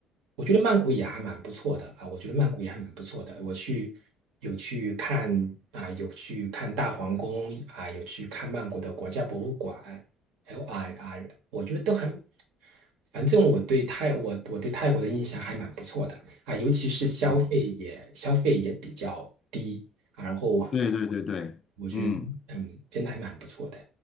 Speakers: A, on the right; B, on the left.
A: 我觉得曼谷也还蛮不错的啊，我觉得曼谷也还蛮不错的。我去有去看啊，有去看大皇宫啊，有去看曼谷的国家博物馆，还有啊啊，我觉得都还反正我对泰我我对泰国的印象还蛮不错的啊，尤其是消费也消费也比较低啊，
B: 嗯，
A: 然后
B: 对对对对，
A: 我觉得嗯，
B: 嗯。
A: 真的还蛮不错的